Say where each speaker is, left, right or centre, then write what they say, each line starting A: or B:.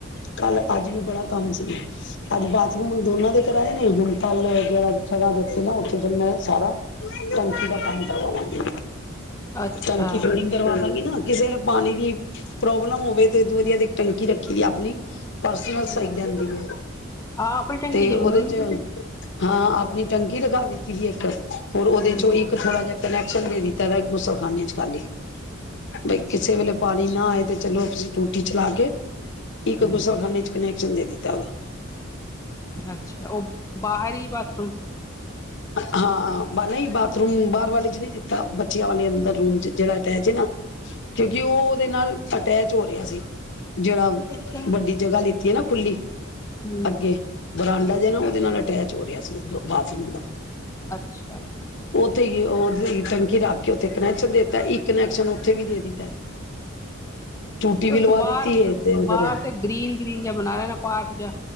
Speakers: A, on the left (about 60°); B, on the left (about 15°).
A: ਕੱਲ ਅੱਜ ਵੀ ਬੜਾ ਕੰਮ ਸੀਗਾ ਅੱਜ ਬਾਥਰੂਮ ਦੋਨਾਂ ਦੇ ਕਿਰਾਏ ਨਹੀਂ ਹਿੰਮਕਾਲ ਜ ਜਗ੍ਹਾ ਦਿੱਤੀ ਨਾ ਫਿਰ ਮੈਂ ਸਾਰਾ ਧਮਕੀ ਦਾ ਕੰਮ ਕਰਵਾਵਾਂਗੀ
B: ਅੱਛਾ
A: ਟੈਂਕੀ ਫੀਡਿੰਗ ਕਰਵਾ ਦਾਂਗੀ ਨਾ ਕਿਸੇ ਨੇ ਪਾਣੀ ਦੀ ਪ੍ਰੋਬਲਮ ਹੋਵੇ ਤੇ ਵਧੀਆ ਦੀ ਇੱਕ ਟੰਕੀ ਰੱਖੀ ਦੀ ਆਪਣੀ ਪਰਸਨਲ
B: ਹੂੰ,
A: ਸਹੀ ਜਾਂਦੀ ਹੈ
B: ਹਾਂ ਆਪਣੀ ਟੈਂਕੀ
A: ਤੇ
B: ਜ਼ਰੂਰੀ
A: ਉਹਦੇ ਚ
B: ਏ।
A: ਹਾਂ ਆਪਣੀ ਟੰਕੀ ਦਿਖਾ ਦਿੱਤੀ ਕਿ ਇੱਕ ਹੋਰ ਉਹਦੇ
B: ਹੂੰ।
A: ਚੋਂ ਇੱਕ ਥੋੜਾ ਜਿਹਾ ਕਨੈਕਟ ਚੱਲੇ ਦੀ ਤੇਦਾ ਇੱਕ ਗੁੱਸਾ ਖਾੀ ਚ ਖਾਲੀ ਬਈ
B: ਅੱਛਾ।
A: ਕਿਸੇ ਵੇਲੇ ਪਾਣੀ ਨਾ ਆਏ ਤੇ ਚਲੋ ਅਂ ਟੂਟੀ ਚਲਾ ਕੇ ਇੱਕ
B: ਹੂੰ,
A: ਗੁੱਸਾਖਾਨੇ ਚ ਕਨੈਕਸ਼ਨ ਦੇ ਦਿੱਤੀ ਚੱਲ
B: ਅੱਛਾ ਉਹ ਬਾਹਰ ਹੀ ਬਾਥਰੂਮ
A: ਹਾਂ ਨਹੀਂ ਬਾਥਰੂਮ ਬਾਹਰ ਵਾਲੇ ਚ ਨਹੀਂ ਦਿੱਤਾ ਬੱਚਿਆਂ ਵਾਲੇ ਅੰਦਰ ਰੂਮ ਚ ਜਿਹੜਾ ਅਟੈਚ ਹੈ ਨਾ ਕਿਉਂਕਿ ਉਹ ਉਹਦੇ ਨਾਲ ਅਟੈਚ ਹੋ ਰਿਹਾ ਸੀ ਜਿਹੜਾ
B: ਅੱਛਾ।
A: ਵੱਡੀ ਜਗ੍ਹਾ ਲਿ ਦੀਏ ਨਾ ਫੁੱਲੀ
B: ਹੂੰ,
A: ਅੱਗੇ ਬਰਾਂਡਾ <unintelligible> ਦੇ ਨਾਲ ਅਟੈਚ ਹੋ ਰਿਹਾ ਸੀ ਉਦੋਂ ਹਾਜ਼ਨ
B: ਅੱਛਾ
A: ਉਥੇ ਉਹ ਟੈਂਕੀ ਰੱਖ ਕੇ ਉੱਥੇ ਕਨੈਕਸ਼ਨ ਦੇ ਦਿੱਤਾ ਇੱਕ ਕਨੈਕਸ਼ਨ ਉੱਥੇ ਵੀ ਦੇ ਦਿੱਤਾ ਟੂਟੀ
B: ਤੇ
A: ਵੀ
B: ਉੱਥੇ
A: ਲਵਾ
B: ਬਾਹਰ
A: ਦਿੱਤੀ ਹੈ ਤੇ ਫਿਰ
B: ਬਾਹਰ ਤੇ ਗ੍ਰੀਨ ਗ੍ਰੀਨ ਜਾ ਬਣਾ ਰਹੇ ਨੇ ਪਾਰਕ ਜਾ